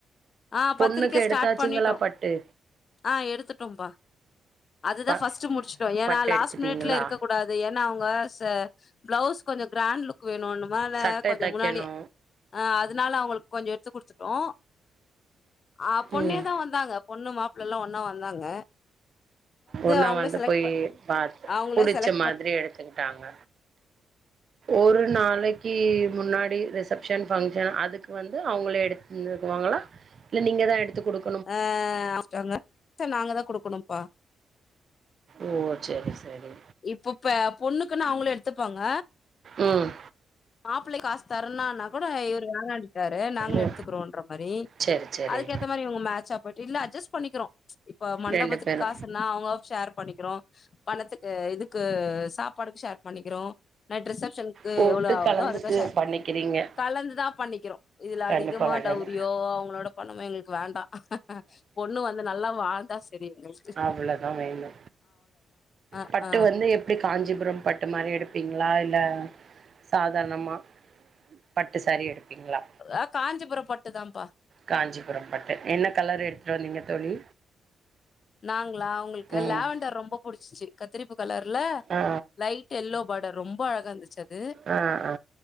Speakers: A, on the left; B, on the right.
A: ஆ
B: பொண்ணுக்கு
A: பத்திரிக்க
B: எடுத்தாச்சிங்களா
A: ஸ்டார்ட் பண்ணிட்டோம்.
B: பட்டு
A: ஆ எடுத்துட்டோம்பா அதுதா
B: ப
A: ஃபர்ஸ்ட்டு முடிச்சிட்டோ ஏனா
B: பட்டு
A: லாஸ்ட்
B: எடுத்துட்டீங்களா
A: மினிட்ல இருக்க கூ டாது ஏனா அவுங்க ஸ் பிளவுஸ் கொஞ்ச கிராண்ட் க்கு வேணோன்னுமால
B: சட்ட
A: கொஞ்ச
B: தைக்கணு
A: முன்னாடி அ அதுனால அவ்ங்களுக்கு கொஞ்சோ எடுத்து குடுத்துட்டோ ஆ பொண்ணேதா
B: ம்
A: வந் தாங்க பொண்ணு மாப்புள்ளல்லா ஒன்னா வந்தாங்க
B: ஒன்னா
A: அவங்களே
B: வந்து
A: செலக்ட்
B: போயி
A: பண்
B: பாத்து
A: அவங்களே
B: புடிச்ச
A: செலக்ட்
B: மாதிரி
A: பண்
B: எடுத் தின்டாங்க ஒரு நாளைக் கி முன்னாடி ரிசப்ஷன் பஃங்க்ஷன் அதுக்கு வந்து அவங்களே எடுத்து தந்துருவாங்களா இல்ல நீங்க தா எடுத்து குடுக்
A: ஆ <unintelligible> நாங்க தா குடுக்கணும்ப்பா
B: ஓ செரி செரி
A: இப்ப ப பொண்ணுக்குன்னா அவங்ளே எடுத்துப்பாங்க
B: ம்
A: மாப்பிளை காசு தரனான்னா கூட இவரு வேனான் டாரு நாங்களே
B: ஓ
A: எடுத்துக்குறோன்ற மாரி
B: செரி செரி
A: அதுக்கேத்த மாரி இவங்க மேட்சா போச்சு இல்ல அட்ஜஸ்ட் பண்ணிக்கிறோ இப்ப மண்டபத்துக்கு
B: ரெண்டு பேரு
A: காசுன்னா அவங்க ஷேர் பண்ணிக்குறோ பணத்துக்கு இதுக்கு சாப்பாடுக்கு ஷேர் பண்ணிக்கிறோ நைட் ரிசப்ஷனுக்கு
B: போட்டு
A: எவ்ளோ ஆவுதோ
B: கலந்துட்டு
A: அதுக்கு ஷேர்
B: பண்ணிக்கிறீங்க
A: கலந்துதா பண்ணிக்கிறோ இதுல
B: கண்டிப்பா
A: அதிகமா
B: கண்டிப்பா
A: டவுரியோ அவங்களோட பணமு எங்களுக்கு வேண்டா பொண்ணு வந்து நல்லா வாழ்ந்தா சரி எங்களுக்
B: அவ்ளோதா வேணு
A: அ
B: பட்டு
A: அ
B: வந்து எப்டி காஞ்சிபுரம் பட்டு மாரி எடுப்பீங்களா இல்ல சாதாரணமா பட்டு ஷேரி எடுப்பீங்ளா
A: ஆ காஞ்சிபுரம் பட்டுதாம்பா
B: காஞ்சிபுரம் பட்டு என்ன கலர் எடுத்துட்டு வந்தீங்க தோழி
A: நாங்களா அவுங்களுக்கு
B: ம்
A: லாவண்டர் ரொம்ப புடிச்சிச்சு கத்திரிப்பு கலர்ல
B: ஆ
A: லைட் எல்லோ பாடர் ரொம்ப அழகா இருந்துச்சு அது
B: ஆ ஆ